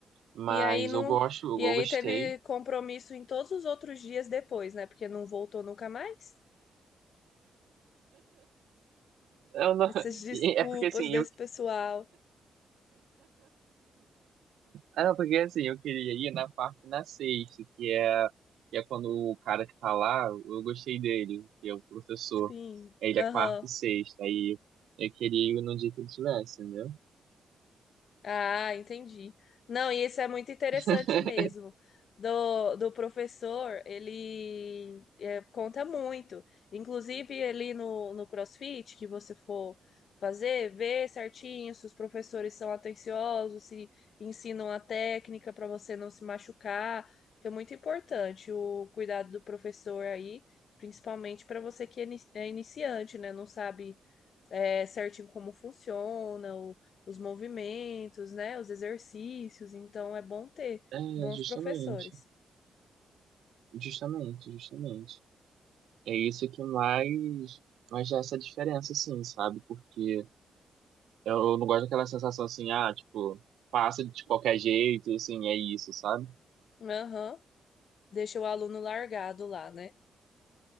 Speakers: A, on the right; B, on the left.
A: Mas
B: E aí não,
A: eu gosto, eu
B: e aí
A: gostei.
B: teve compromisso em todos os outros dias depois, né? Porque não voltou nunca mais.
A: Eu não-
B: Essas
A: <laughs>
B: desculpas
A: É porque assim,
B: desse
A: eu
B: pessoal.
A: Ah, não, porque assim, eu queria ir na parte na sexta, que é, que é quando o cara que tá lá, eu gostei dele, que é o professor.
B: Sim.
A: É, Ele
B: Aham.
A: é quarta e sexta, aí eu queria ir no dia que ele tivesse, entendeu?
B: Ah, entendi. Não, e isso é muito interessante
A: <laughs>
B: mesmo. Do, do professor, ele é, conta muito. Inclusive, ali no, no CrossFit, que você for fazer, vê certinho se os professores são atenciosos, se ensinam a técnica para você não se machucar, que é muito importante o cuidado do professor aí, principalmente para você que é ini- é iniciante, né? Não sabe é, certinho como funciona, o- os movimentos, né? Os exercícios. Então é bom ter
A: É,
B: bons
A: justamente,
B: professores.
A: justamente, justamente. É isso que mais, mais dá essa diferença, assim, sabe? Porque eu não gosto daquela sensação assim, ah, tipo, passa de qualquer jeito, assim, é isso, sabe?
B: Aham. Deixa o aluno largado lá, né?